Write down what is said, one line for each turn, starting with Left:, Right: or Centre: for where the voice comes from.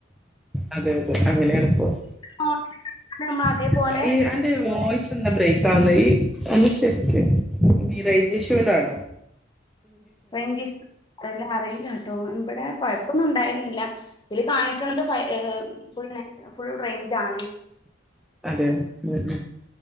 Centre: അതെ അതെ അങ്ങനെയാണ് ഇപ്പോ.
Left: മോഡൽ നമ്മൾ
Centre: <unintelligible>
Left: അതേപോലെ
Centre: ബ്രേക്ക് ആവുന്നെ <unintelligible> കൊണ്ടാണോ?
Left: <unintelligible> അറിയില്ല കേട്ടോ ഇവിടെ കൊഴപ്പൊന്നും ഉണ്ടായിരുന്നില്ല. ഇതിൽ കാണിക്കുന്നത് ഫ ഫുൾ ഫുൾ റേഞ്ച് ആണ്.
Centre: അതെ ഉ ഉ